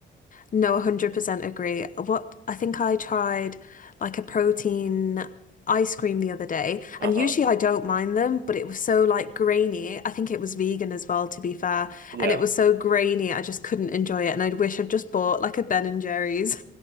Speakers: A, on the left; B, on the right.
A: No, 100% agree. What I think I tried like a protein ice cream the other day,
B: Uh
A: and
B: huh.
A: usually I don't mind them, but it was so like grainy. I think it was vegan as well, to be fair,
B: Yeah.
A: and it was so grainy, I just couldn't enjoy it, and I'd wish I'd just bought like a Ben and Jerry's.